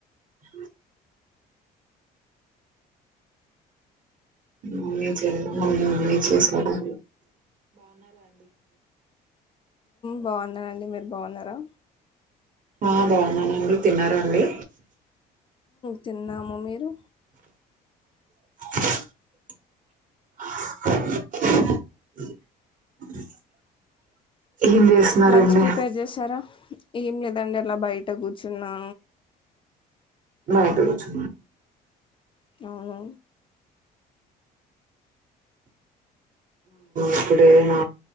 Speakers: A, on the right (about 50°); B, on the left (about 30°).
A: అ మమ్మీ చే మమ్మీ మమ్మీ చేసారు
B: బాగున్నండి మీరు బాగున్నారా
A: ఆ బాగున్నానండి తిన్నండి
B: తిన్నాము మీరు
A: <inaudible> <inaudible> చేస్తున్నారండి
B: లంచ్ ప్రిపేర్ చేశారా ఏం లేదండి అలా బయట కూర్చున్నా
A: నా ఇతే పచ్చు
B: అవును
A: ఇప్పుడే నా